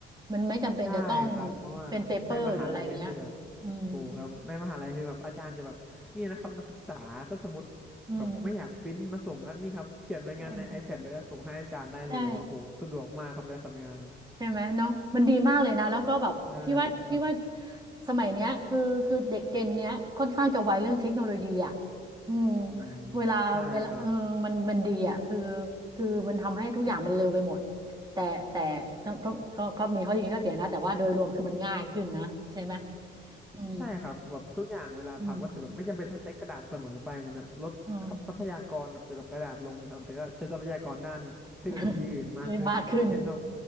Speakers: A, on the right; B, in the centre.
A: มันไม่จำเป็นจะต้อง
B: ใช่ครับเพราะว่าในมหาลัยก็คือแบบ
A: เป็นเปเปอร์หรืออะไรเงี้ยอืม
B: ถูกครับในมหาลัยคือแบบอาจารย์จะแบบนี่นะครับนักศึกษาถ้าสมมติแบบไม่อยากปริ้นมาส่งก็นี่ครับเขียนรายงานใน
A: อืมอืม
B: iPad เลยก็ส่งให้อาจารย์ได้เลยโอ้โหสะดวกมากครับเวลาทำงาน
A: ใช่ ใช่ไหมเนาะมันดีมากเลยนะแล้วก็แบบพี่ว่าพี่ว่า
B: ใช่ครับ
A: สมัยเนี้ยคือคือเด็กเจนเนี้ยค่อนข้างจะไวเรื่องเทคโนโลยีอ่ะอืม
B: อืม
A: เวลาเวลาเออมันมันดีอ่ะคือ
B: ใช่ครับ
A: คือมันทำให้ทุกอย่างมันเร็วไปหมดแต่แต่ก็ก็ก็ก็มีข้อดีข้อเสียนะแต่ว่าโดยรวมคือมันง่ายขึ้นนะใช่ไหมอืม
B: ใช่ครับแบบทุกอย่างเวลาทำก็คือแบบไม่จำเป็นต้องใช้กระดาษเสมอไปมันแบบลด
A: อืมอืม
B: ทรัพยากรเกี่ยวกับกระดาษลงนะครับแต่ก็ใช้ทรัพยากรด้านเทคโนโลยีอื่นมากขึ้นอย่างเช่นแบบ
A: <laughs> มากขึ้น